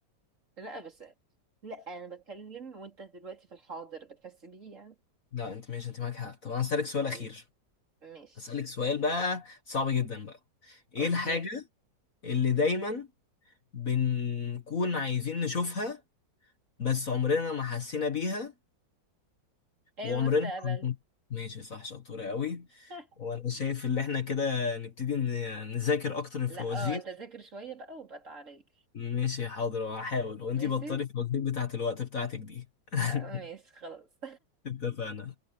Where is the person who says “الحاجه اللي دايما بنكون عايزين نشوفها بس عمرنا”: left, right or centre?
Left